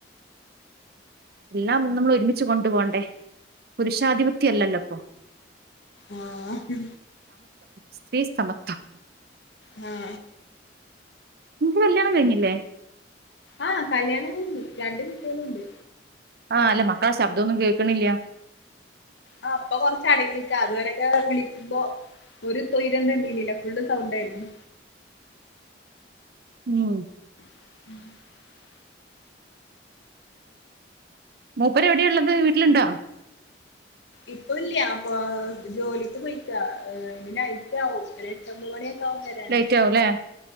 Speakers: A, on the right; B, on the left.
A: എല്ലാം നമ്മൾ ഒരുമിച്ച് കൊണ്ടു പോണ്ടേ പുരുഷാധിപത്യ അല്ലല്ലോ ഇപ്പൊ
B: ആഹ്
A: സ്ത്രീസമത്ഥം
B: ഉം
A: നിനിക്ക് കല്യാണം കഴിഞ്ഞില്ലേ
B: ആഹ് കല്യാണം കഴിഞ്ഞ് രണ്ട് കുട്ടികളുണ്ട്
A: ആഹ് അല്ല മക്കള ശബ്ദോന്നും കേക്കണില്യാ
B: ആ അപ്പൊ കൊറച്ച് അടങ്ങിക്ക അതുവരൊക്കെ വിളിക്കുമ്പോ ഒരു തൊയ്രം തന്നീലില്ല ഫുള്ള് സൗണ്ട് ആയിരുന്നു
A: ഉം
B: <unintelligible>
A: മൂപ്പര് എവിടെയാ ഇള്ളത് വീട്ടിലുണ്ടോ
B: ഇപ്പൊ ഇല്യ അപ്പൊ ആഹ് ജോലിക്ക് പോയിക്ക ഏഹ് പിന്നെ നൈറ് ആവും ഒരു എട്ടൊമ്പത് മണിയ ക്കോവും വരാന്
A: ലേറ്റ് ആവും അല്ലേ